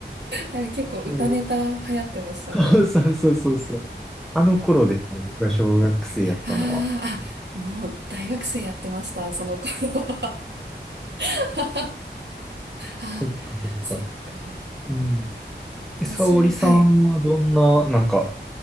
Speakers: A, on the right; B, in the centre.
A: ー、なんか結構歌ネタ流行ってましたね。
B: もうそうそうそうそうそう。あの頃で、僕が小学生やったのは。
A: あー、
B: <laughs>
A: あ、もう大学生やってました、その頃は。<laughs> あー、
B: そっかそっか。
A: そっか。
B: うん。
A: 私、
B: え、沙織さんはどんな、
A: はい、
B: なんか、